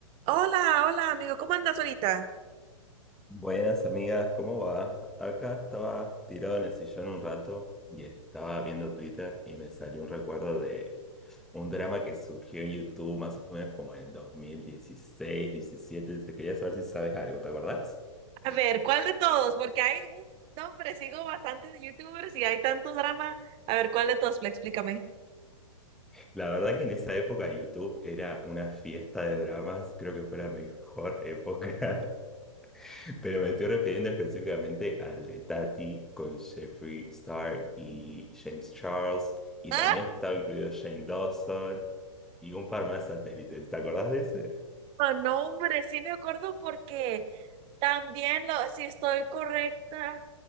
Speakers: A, on the right (about 30°); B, in the centre.
A: Hola, hola amigo, ¿cómo andas ahorita?
B: Buenas amigas, ¿cómo va? Acá estaba tirado en el sillón un rato y estaba viendo Twitter y me salió un recuerdo de un drama que surgió en YouTube más o menos como en 2016, 17. Te quería saber si sabes algo, ¿te acordás?
A: A ver, ¿cuál de todos? Porque hay un nombre, sigo bastantes youtubers y hay tanto drama. A ver, ¿cuál de todos? Fla, Explícame.
B: La verdad que en esa época YouTube era una fiesta de dramas, creo que fue la mejor <laughs> época Pero me estoy refiriendo específicamente al de Tati con Jeffree Star y James Charles. Y
A: Ah,
B: también estaba incluido Shane Dawson y un par más satélites. ¿Te acordás de ese?
A: no, no, hombre, sí me acuerdo porque también, lo, si estoy correcta,